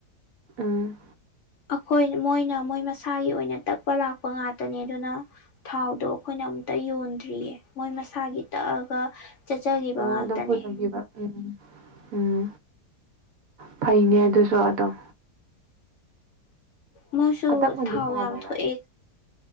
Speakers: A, on the right; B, on the left.
A: ꯎꯝ
B: ꯑꯩꯈꯣꯏ ꯃꯣꯏꯅ ꯃꯣꯏ ꯃꯁꯥꯒꯤ ꯑꯣꯏꯅ ꯇꯛꯄ ꯂꯥꯛꯄ ꯉꯥꯛꯇꯅꯦ ꯑꯗꯨꯅ ꯊꯥꯎꯗꯣ ꯑꯩꯈꯣꯏꯅ ꯑꯃꯨꯛꯇ ꯌꯣꯟꯗ꯭ꯔꯤꯌꯦ ꯃꯣꯏ ꯃꯁꯥꯒꯤ ꯇꯛꯑꯒ ꯆꯠꯆꯈꯤꯕ
A: ꯑꯣ
B: ꯉꯥꯛꯇꯅꯦ
A: ꯑꯗꯨꯝ ꯄꯨꯖꯒꯤꯕ ꯎꯝ ꯎꯝ ꯐꯩꯅꯦ ꯑꯗꯨꯁꯨ ꯑꯗꯨꯝ
B: ꯃꯁꯨ
A: ꯑꯇꯛꯃꯟꯗꯤ
B: ꯊꯥꯎ
A: ꯀꯌꯥ
B: ꯌꯥꯝ
A: ꯂꯧꯔꯦ
B: ꯊꯣꯛꯑꯦ